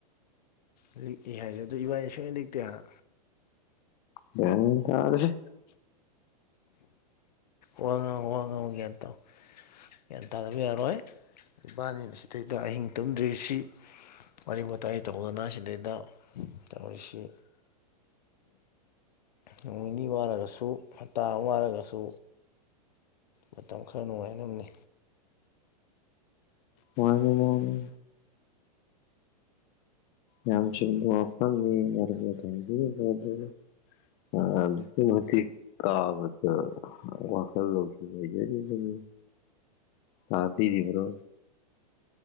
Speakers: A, on the left; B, on the left.
A: ꯑꯗꯨ ꯑꯦ ꯍꯥꯏꯖꯦ ꯑꯗꯣ ꯏꯕꯥꯏꯗꯤ ꯁꯨꯛꯂꯤꯛ ꯂꯤꯛꯇꯦ ꯍꯥꯏꯕ
B: ꯒꯌ꯭ꯥꯟ ꯒꯥ ꯇꯥꯗꯦ
A: ꯋꯥ -ꯉꯥꯡꯎ ꯋꯥ-ꯉꯥꯡꯎ ꯒ꯭ꯌꯥꯟ ꯇꯥꯎ ꯒ꯭ꯌꯥꯟ ꯇꯥꯗꯕ ꯌꯥꯔꯣꯏ ꯏꯕꯥꯅꯤꯅ ꯁꯤꯗꯩꯗ ꯑꯍꯤꯡ ꯇꯨꯝꯗ꯭ꯔꯤꯁꯤ ꯋꯥꯔꯤ ꯋꯥꯇꯥꯏ ꯇꯧꯗꯅ ꯁꯤꯗꯩꯗ ꯇꯧꯔꯤꯁꯤ ꯅꯣꯡ ꯅꯤꯅꯤ ꯋꯥꯔꯒꯁꯨ ꯍꯞꯇꯥ ꯑꯃ ꯋꯥꯔꯒꯁꯨ ꯃꯇꯝ ꯈꯔ ꯅꯨꯡꯉꯥꯏꯅꯕꯅꯤ
B: ꯃꯥꯅꯤ ꯃꯥꯅꯤ ꯌꯥꯝ ꯆꯨꯝꯕ ꯋꯥꯐꯝꯅꯤ <unintelligible> <unintelligible> ꯃꯇꯤꯛ ꯀꯥꯕꯗ ꯋꯥꯈꯜ ꯂꯧꯁꯤꯡ ꯑꯣꯏꯖꯔꯤꯕꯅꯤ ꯇꯥꯕꯤꯔꯤꯕ꯭ꯔꯣ